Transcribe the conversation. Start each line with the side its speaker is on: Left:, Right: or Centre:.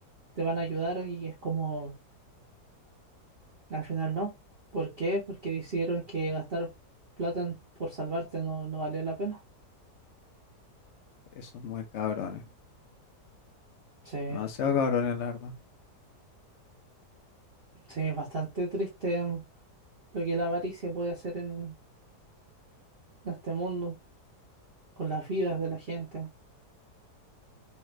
Right: te van a ayudar y es como, al final no. ¿Por qué? Porque decidieron que gastar plata en- por salvarte no, no valía la pena.
Left: Esos muy cabrones.
Right: Sí,
Left: Demasiado cabrones, la verdad.
Right: sí, es bastante triste lo que la avaricia puede hacer en en este mundo. por las vidas de la gente.